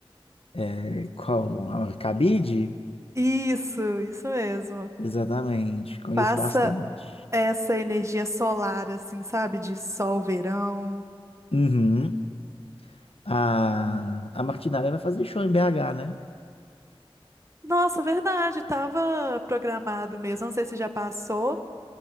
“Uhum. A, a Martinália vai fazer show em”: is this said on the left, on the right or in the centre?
Left